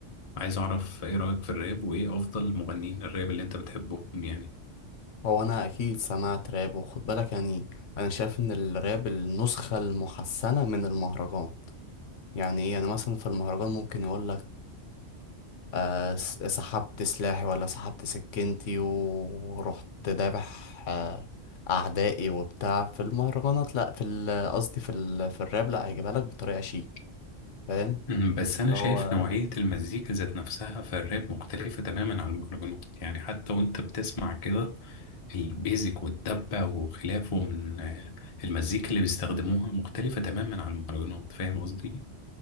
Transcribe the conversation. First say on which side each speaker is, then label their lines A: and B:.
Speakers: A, on the left; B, on the left.
A: عايز اعرف ايه رايك في الراب وايه افضل مغنيين الراب اللي انت بتحبهم يعني
B: هو انا اكيد سمعت راب وخد بالك يعني انا شايف ان الراب النسخة المحسنة من المهرجان يعني ايه يعني مثلا في المهرجان ممكن يقولك آه، س- سحبت سلاحي ولا سحبت سكينتي ورحت دابح آه، أعدائي وبتاع في المهرجانات لأ في ال- قصدي في ال... في الراب لأ هيجيبها لك بطريقة شيك فاهم
A: مم، بس انا
B: هو
A: شايف نوعيه المزيكا ذات نفسها في الراب مختلفه تماما عن المهرجانات يعني حتى وانت بتسمع كده البيزك والدبة وخلافه من آه، المزيكا اللي بيستخدموها مختلفة تماما عن المهرجانات فاهم قصدي؟